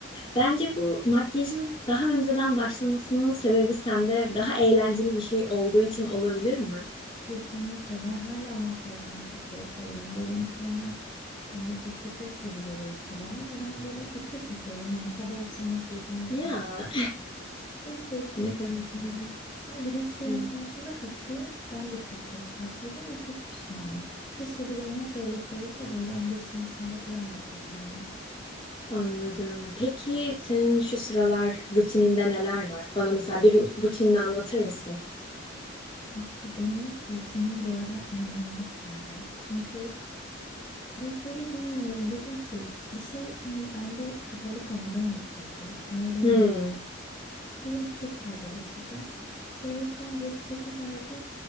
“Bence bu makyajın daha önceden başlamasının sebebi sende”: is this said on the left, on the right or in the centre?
Left